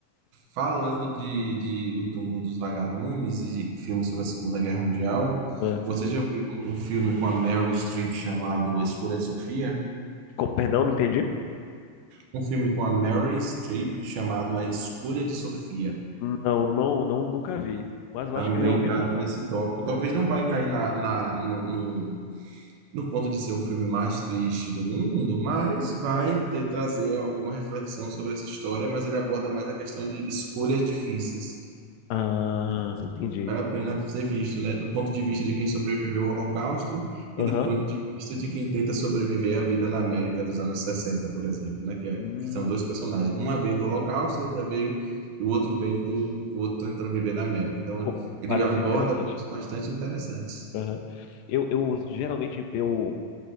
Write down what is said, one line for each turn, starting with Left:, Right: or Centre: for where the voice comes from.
Right: Falando de, de O Túmulo dos Vagalumes e filmes sobre a Segunda Guerra Mundial,
Left: Ah,
Right: você já viu um filme com a Meryl Streep chamado A Escolha de Sofia?
Left: com- perdão, não entendi?
Right: Um filme com a Meryl Streep chamado A Escolha de Sofia.
Left: Não, não, não, nunca vi, mas eu
Right: Também
Left: acho que eu já ouvi
Right: trata
Left: falar.
Right: desse tópico. Talvez não vai cair na, na- no, no- no ponto de ser o filme mais triste do mundo, mas vai ter- trazer alguma reflexão sobre essa história, mas ele aborda mais a questão de escolhas difíceis.
Left: Ah, entendi.
Right: Vale a pena ser visto, né? Do ponto de vista de quem sobreviveu ao Holocausto
Left: Aham.
Right: e do ponto de vista de quem tenta sobreviver à vida na América dos anos 60, por exemplo, né? Que, é-
Left: Hum,
Right: que são dois personagens. Uma veio do Holocausto, outra veio, e o outro vem do, o outro tentando viver na América. Então,
Left: pô,
Right: ele
Left: parece
Right: aborda
Left: ser interessante.
Right: pontos bastante interessantes.
Left: Aham. Eu, eu geralmente eu